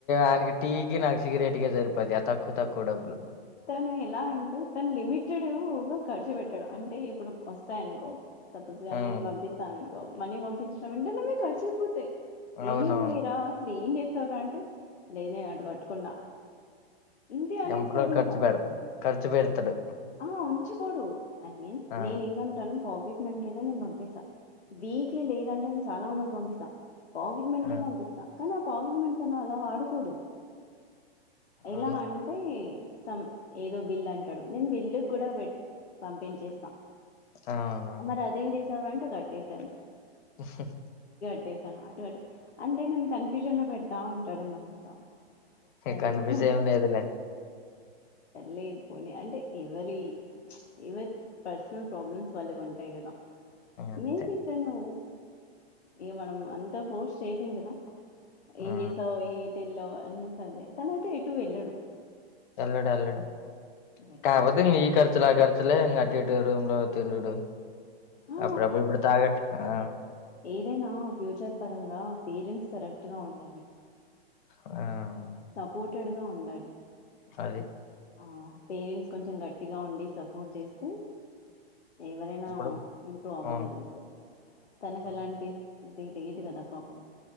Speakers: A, on the left (about 50°); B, on the left (about 85°).
A: ఆయనకి టీ కి నాకు సిగరేట్ కే సరిపోద్ది ఆ తక్కువ తక్కువ డబ్బులు
B: తను ఎలా అంటే తను లిమిటెడ్గా ఖర్చు పెట్టాడు అంటే ఇప్పుడు వ స్తాయి అనుకో సపోజ్గా
A: ఉమ్
B: నేను పంపిస్తాను అనుకో మనీ పంపించిన వెంటనే మీకు ఖర్చు అయిపోతాయి
A: అవునవును
B: ఏమయ్యాయిరా అసలు ఏం చేస్తావరా అంటే లేదే నేను అటు కట్టుకున్నా ఇంతే అనేస్తాడు
A: ఎంపలో ఖర్చు
B: ఇంకా
A: పెడతాడు ఖర్చు పెడతాడు
B: ఆ ఉంచుకోడు ఐ మీన్
A: ఆ
B: నేను ఏమంటాను పాకెట్ నేను పంపిస్తా వీక్లీ లేదంటే నేను చాలా అమౌంట్ పంపిస్తా పాకెట్ మనీకే
A: ఆ
B: పంపిస్తా కానీ ఆ పాకెట్ మనీ తను అలా వాడుకోడు ఎలా
A: అవును
B: అంటే సం ఏదో బిల్ అంటాడు నేను బిల్లు కూడా పెట్ పంపించేస్తా
A: అవునా
B: మరి <unintelligible> అంటే కట్టేశాను
A: <inaudible>
B: పెట్టేశాను అటు అంటే నన్ను కన్ఫ్యూషన్ లో పెడతా ఉంటాడన్నమాట సరే
A: కన్ఫ్యూస్
B: పోనీ,
A: ఏం లేదులే
B: లేకపోనీ అంటే ఎవరి ప్చ్ ఎవరి పర్సనల్ ప్రాబ్లమ్స్ వాళ్ళకు ఉంటాయి కదా
A: అంతే
B: మేబి తను ఇగ మనం అంతా ఫోర్స్ చేయలేం కదా ఏం
A: ఆ
B: చేస్తావ్ ఈ ఇటెల్లో అన్న సాధ్య తన అయితే ఎటు వెళ్ళడు
A: ఎల్లడు ఎల్లడు ప్చ్
B: వెళ్ళడు
A: కాకపోతే మీ ఖర్చులు ఆ ఖర్చు లే అటు ఇటు రూమ్ లో తినుడు
B: ఆ
A: అప్పుడప్పుడు ఇప్పుడు తాగ ఆ
B: అదేనా ఫ్యూచర్ పరంగా పేరెంట్స్ కరెక్ట్గా ఉండాలి
A: ఆ
B: సపోర్టెడ్ గా ఉండాలి
A: అదే
B: ఆ పేరెంట్స్ కొంచెం గట్టిగా ఉండి సపోర్ట్ చేస్తే ఎవరైనా
A: ఇప్పుడు
B: ఇంప్రూవ్ అవ్వగలుగుతారు
A: అవును
B: తనకు
A: అవును.
B: అలాంటి అదే లేదు కదా పాపం